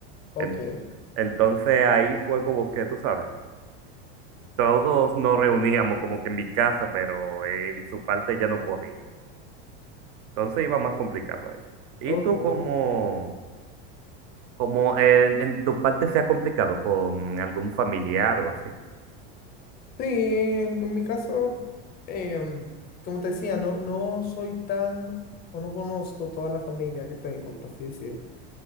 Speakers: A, on the left; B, on the right.
A: Ok,
B: En- entonces ahí fue como que, tú sabes. Todos nos reuníamos como que en mi casa, pero en su parte ya no podía. Entonces iba más complicado ahí. ¿Y
A: ok.
B: tú cómo, cómo en, en tu parte se ha complicado con algún familiar o así?
A: Sí, en en mi caso, em, como te decía, no, no soy tan, o no conozco toda la familia que tengo, por así decirlo.